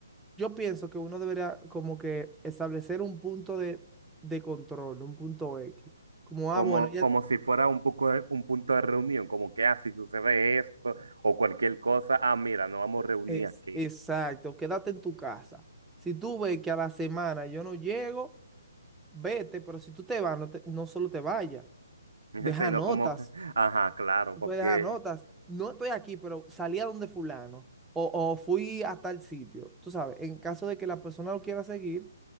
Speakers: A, in the centre; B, on the right.
A: yo pienso que uno debería como que establecer un punto de, de control, un punto X. Como,
B: como,
A: ah, bueno, ya
B: como si fuera un poco de- un punto de reunión, como que, ah, si sucede esto o cualquier cosa, ah, mira, nos vamos a reunir
A: Es,
B: aquí,
A: exacto, quédate en tu casa. Si tú ves que a la semana yo no llego, vete, pero si tú te vas, no, te- no solo te vayas,
B: <laughs>
A: deja
B: sino
A: notas,
B: como, <laughs> ajá, claro,
A: tú
B: porque
A: puedes dejar notas. No estoy aquí, pero salí a donde fulano o, o fui a tal sitio. Tú sabes, en caso de que la persona lo quiera seguir,